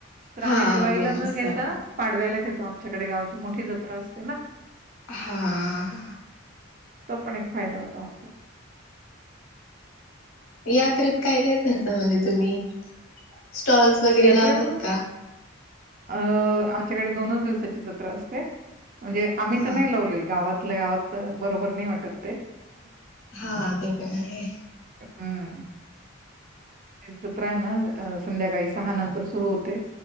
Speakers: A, on the right (about 40°); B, on the left (about 75°).
A: तर
B: हा
A: आम्ही दिवाळीला
B: बोनस
A: न घेता
B: सारखं.
A: पाडव्याला घेतो आमच्याकडे गावची मोठी जत्रा असते ना.
B: हा.
A: तो पण एक फायदा होतो आमचा.
B: यात्रेत काय काय करता म्हणजे तुम्ही स्टॉल्स वगैरे
A: यात्रेहून
B: लावतात का?
A: अ आमच्याकडे दोनच दिवसाची जत्रा असते. म्हणजे आम्ही
B: हा
A: तर नाही लावलेल गावातलं गावात बरोबर नाही वाटत ते.
B: हा ते पण आहे.
A: हम्म. जत्रा हाय ना संध्याकाळी सहा नंतर सुरु होते